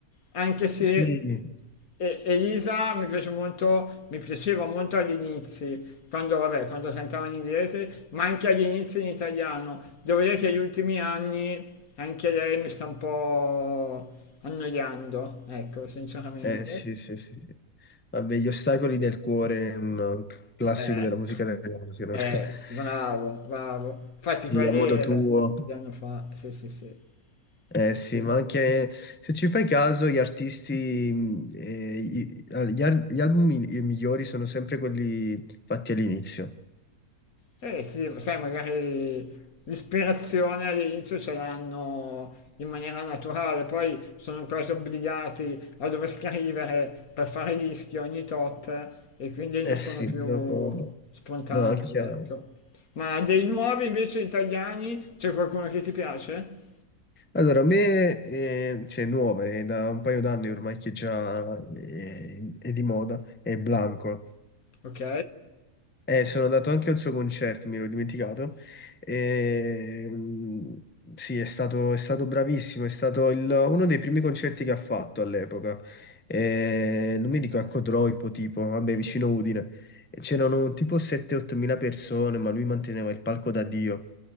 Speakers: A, on the left; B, on the left.
A: anche se
B: Sì,
A: e- Elisa mi piace molto, mi piaceva molto agli inizi, quando, vabbè, quando cantava in inglese, ma anche agli inizi in italiano. Devo dire che negli ultimi anni anche lei mi sta un po' annoiando, ecco, sinceramente.
B: Eh sì, sì, sì, sì. Vabbè, Gli ostacoli del cuore è un un classico
A: Eh,
B: della musica italiana, secondo
A: eh,
B: me. <laughs>
A: bravo, bravo. Infatti
B: Sì,
A: quelle
B: a modo tuo.
A: che anno fa, sì, sì, sì.
B: Eh sì,
A: Sì.
B: ma anche se ci fai caso, gli artisti, mh, eh, i- all- gli, al- gli album mi- i migliori sono sempre quelli fatti all'inizio.
A: Eh sì, sai, magari l'ispirazione all'inizio ce l'hanno in maniera naturale, poi sono quasi obbligati a dover scrivere per fare dischi ogni tot e quindi non
B: Eh
A: Eh sono
B: sì,
A: sì. più
B: dopo...
A: spontanei,
B: No, è chiaro.
A: ecco. Ma dei nuovi invece italiani c'è qualcuno che ti piace?
B: Allora, a me, eh, cioè, nuova, è da un paio d'anni ormai che già eh, è, di moda, è Blanco.
A: Ok?
B: Eh, sono andato anche al suo concerto, mi ero dimenticato. Ehm, sì, è stato, è stato bravissimo, è stato il- uno dei primi concerti che ha fatto all'epoca. Eh, non mi dico a Codroipo, tipo, vabbè, vicino Udine. E C'erano tipo 7-8 mila persone, ma lui manteneva il palco da Dio.